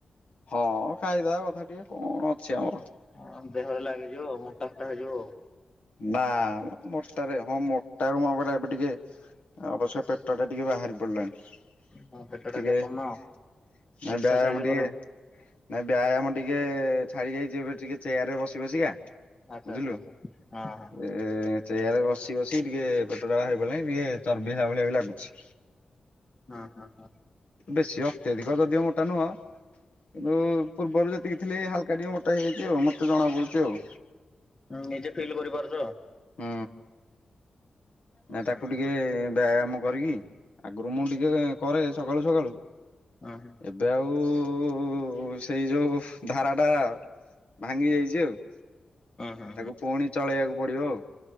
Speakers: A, on the left; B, on the left.
A: ହଁ ଖାଇଦବା କଥା ଟିକେ କଣ ଅଛି ଆମର।
B: ହଁଅ ଦେହରେ ଲାଗିଯିବ ମୋଟା ଫୋଟା ହେଇଯିବ ଆଉ।
A: ନା ମ ମୋଟାରେ, ହଁ ମୋଟାକୁ ମୁଁ ପରା ଏବେ ଟିକେ ଅବଶ୍ୟ ପେଟଟା ଟିକେ ବାହାରି ପଡିଲାଣି। ଟିକେ
B: ହଁ ପେଟ ଟା ଟିକେ
A: ନାଇ
B: କମାଅ। ଏକ୍ସରସାଇଜ
A: ବ୍ୟାୟାମ ଟିକେ
B: କର
A: ନାଇଁ ବ୍ୟାୟାମ ଟିକେ-ଏ-ଏ ଛାଡ଼ିଯାଇଛି ଏବେ ଟିକେ ଚେୟାରରେ ବସି ବସିକା
B: ଆଚ୍ଛା
A: ବୁଝିଲୁ
B: ଆଚ୍ଛା ଆଚ୍ଛା ହଁ
A: ଏ ଏ ଚେୟାରରେ ବସି ବସିି ଟିକେ ପେଟଟା ବାହାରି ପଡିଲାଣି ଟିକେ ଚର୍ବି ହେଲା ଭଳିଆ ବି ଲାଗୁଛି।
B: ହଁ-ହଁ-ହଁ।
A: ବେଶୀ ଅତ୍ୟଧିକ ଯଦିଓ ମୋଟା ନୁହଁ, କିନ୍ତୁ ପୂର୍ବରୁ ଯେ ଟିକେ ଥିଲି ହାଲକା ଟିକେ ମୋଟା ହେଇଯାଇଛି ଆଉ, ମତେ ଜଣା ପଡ଼ୁଛି ଆଉ।
B: ଉଁ ନିଜେ ଫିଲ୍ କରିପାରୁଛ?
A: ହୁଁ। ନା ତାକୁ
B: ହଁ
A: ଟିକେ ବ୍ୟାୟାମ କରିକି ଆଗରୁ ମୁଁ ଟିକେ କରେ ସକାଳୁ ସକାଳୁ।
B: ହଁ-ହଁ।
A: ଏବେ ଆଉ-ଉ-ଉ-ଉ-ଉ ସେଇ ଯୋଉ ଧାରାଟା ଭାଙ୍ଗି ଯାଇଛି ଆଉ,
B: ହଁ
A: ତାକୁ ପୁଣି ଚଳେଇବାକୁ ପଡିବ ଆଉ।